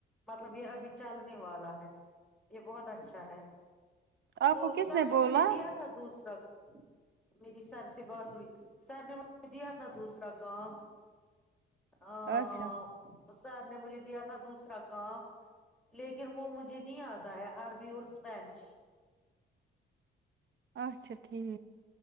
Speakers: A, in the centre; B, on the right.
A: مطلب یہ ابھی چلنے والا ہے یہ بہت اچھا ہے
B: آپ
A: وہ
B: کو کس
A: سر
B: بولا
A: نے مجھے دیا تھا دوسرا میری سر سے بات ہوئی سر نے مجھے دیا تھا دوسرا کام آا
B: اچھا
A: سر نے مجھے دیا تھا دوسرا کام لیکن وہ مجھے نہیں اتا ہے عربی اور اسپینش
B: اچھا ٹھیک